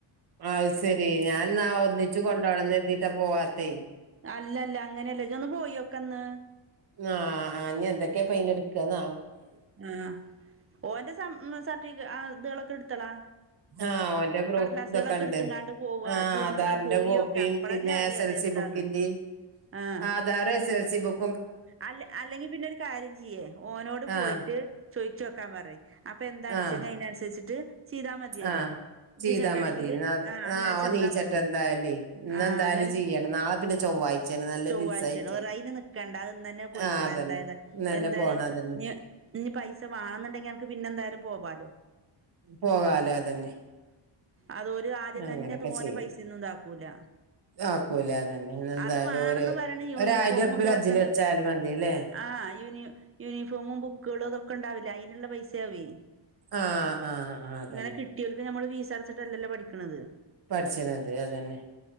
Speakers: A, on the right; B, on the right.
A: അത് ശെരി ഞാൻ എന്നാ ഒന്നിച്ചച്ച് കൊണ്ടോണം എതിീട്ടാ പോവാത്തെ
B: അല്ലല്ല അങ്ങനെയല്ല ഇജ് ഒന്ന് പോയോക്കന്ന്
A: ആ എന്തൊക്കെയ പ എടു കന്ന
B: ആ ഓന്റെ സർട്ടിഫ ഇതൊക്കെ എടുത്തളാ
A: ആഹ അവഓന്റെ പ്രൂഫ്
B: കടലാസുകളൊക്കെ
A: ഇതൊക്കെ ഉണ്ട്
B: എടുത്തുങ്ങാണ്ട് പോവ
A: ആ
B: ജൂനൊന്ന്
A: ആധാറിന്റെ
B: പോയോക്ക
A: കോപ്പിയും
B: അപ്പളല്ലേ
A: പിന്നെ
B: അറിയ
A: എസ് എൽ
B: അതെന്താന്ന്
A: സ ബുക്കിിാ
B: ആഹ്
A: എസ് എൽ സി ബുക
B: അല്ല അല്ലെങ്കി പിന്നെ ഒരു കാര്യം ചെയ്യേ ഓനോട് പോയിട്ട്
A: ആഹ്
B: ചോയ്ിച്ച വെക്കാൻ പറേ അപ്പൊ എന്താണ
A: ആഹ്
B: വെച്ചെങ്ക അതിനനുസരിച്ചിട്ട് ചെയ്താൽ മതിയല്ലോ
A: ആഹ്
B: ഇത്
A: ചെയ്താ
B: ചെല്ലണെങ്കില്
A: മതി ന്നാ
B: ആഹ അങ്ങനെ
A: ആഹ് ഓൻ
B: ചെന്നാ
A: നീച്ചട്ടെ
B: മതി
A: എന്തായാലേ ഇന്നെന്തായാലും
B: ആഹ അങ്ങനെ
A: ചെയ്യണം നാളെ പിന്നെ ചൊവ്വാഴ്ചയാണ് നല്ല
B: ചൊവ്വാഴ്ചയാണ്
A: ദിവസായിട്ട്
B: വേറെ അന് നിക്കണ്ട അ പൊയിക്കള
A: ആഹ് അതന്നെ
B: എന്തായത്
A: ഇന്നന്നെ
B: എന്തായാല
A: പോണം അതന്നെ
B: ഇ പൈസ വണന്നണ്ടെങ്കിൽ എനക്ക് പിന്നെ എന്തായാലും പോവാ
A: പോകാലേ അതന്നെ
B: അതൊല ആദ്യം
A: അങ്ങനൊക്കെ
B: തന്നെ തോനെ
A: ചെയ്യും
B: പൈസയന്നും ഇതാക്കൂല
A: ആക്കൂലേ അതന്നെ ഇന്നെന്തായാലും
B: അത് വേണംന്ന്
A: ഒരു
B: പറയണ യൂണിഫോമ
A: ഒരായിരം ഉറുപ്പ്യ
B: ഇതുളക്കണ്ട
A: കജ്ജില് വെച്ചാലും മതിയല്ലേ
B: ആ് യൂ യൂണിഫോമും ബുക്കുകളും അതൊക്കെ ഉണ്ടാവില്ല അതിനുള്ള പൈസയാവിേ
A: ആഹ് ആഹ് ആഹ് അതന്നെ
B: ഇങ്ങനെ കിട്ടിയലക്കും നഞമ്മള് വീസ് അടച്ചിട്ടല്ലല്ലോ പഠിക്കണത്
A: പഠിച്ചന അതെ അതന്നെ